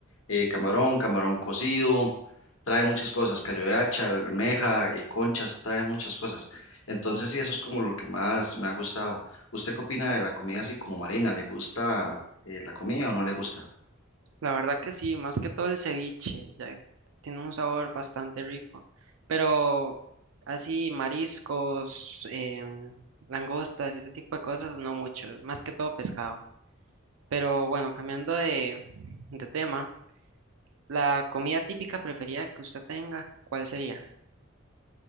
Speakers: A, on the left (about 75°); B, on the right (about 75°).
A: eh, camarón, camarón cocido, trae muchas cosas, callo de hacha, almeja, eh, conchas, trae muchas cosas. Entonces sí, eso es como lo que más me ha gustado. ¿Usted qué opina de la comida así como marina? ¿Le gusta eh, la comida o no le gusta?
B: La verdad que sí, más que todo el ceviche, ya tiene un sabor bastante rico. Pero así mariscos, em, langostas y ese tipo de cosas, no mucho, más que todo pescado. Pero bueno, cambiando de, de tema, la comida típica preferida que usted tenga, ¿cuál sería?